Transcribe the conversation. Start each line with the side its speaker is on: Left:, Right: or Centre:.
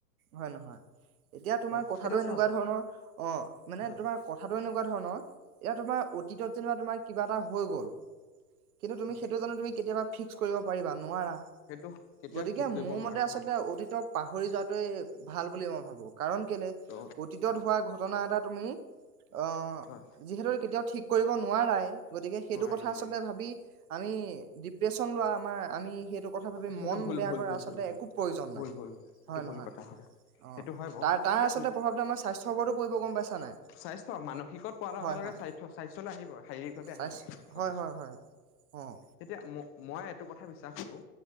Right: হয় নহয় এতিয়া তোমাৰ
Left: হয়
Right: কথাটো
Left: এতিয়া চোৱা
Right: এনেকুৱা ধৰণৰ অ মানে
Left: হয়
Right: তোমাৰ কথাটো এনেকুৱা ধৰণৰ এয়া তোমাৰ অতীতত যেনিবা তোমাৰ কিবা এটা হৈ গ'ল, কিন্তু তুমি
Left: হয়
Right: সেইটো জানো তুমি কেতিয়াবা ফিক্স কৰিব পাৰিবা নোৱাৰা।
Left: সেইটো কেতিয়াও
Right: গতিকে
Left: ঠিক কৰিব
Right: মোৰ
Left: নোৱাৰো
Right: মতে আচলতে
Left: হয়
Right: অতীতক পাহৰি যোৱা। ভাল বুলি মই ভাবো কাৰণ কেলে
Left: ত'
Right: অতীতত হোৱা ঘটনা এটা তুমি অ
Left: হয়
Right: যিহেতু কেতিয়াও ঠিক কৰিব নোৱাৰাই, গতিকে সেইটো
Left: নোৱাৰি
Right: কথা
Left: নোৱাৰি
Right: আচলতে ভাব আমি ডিপ্ৰেচন লোৱা আমাৰ আমি সেইটো কথা ভাবি
Left: সেইটো
Right: মন
Left: ভুল
Right: বেয়া
Left: ভুল
Right: কৰা
Left: ভুল
Right: আচলতে
Left: ভুল ভুল
Right: একো প্ৰয়োজন
Left: ভুল
Right: নাই
Left: ভুল ভুল এইটো
Right: হয়
Left: ভুল
Right: নহয়।
Left: কথা হয়
Right: অঁ,
Left: সেইটো হয় বাৰু
Right: তাৰ তাৰ
Left: এতিয়া
Right: আচলতে প্ৰভাৱটো আমাৰ স্বাস্থ্যৰওপৰতো পৰিব গম পাইছা নাই?
Left: স্বাস্থ্য মানসিকত পোৱাৰ লগে
Right: হয়
Left: লগে
Right: হয়।
Left: স্বাস্থ স্বাস্থ্্যলৈ আহিব শাৰীৰিক ভাৱে
Right: স্বাস্থ্য
Left: আহিব কথাটো।
Right: হয় হয় হয় অ'
Left: এতিয়া ম মই এইটো কথা বিচাৰ কৰো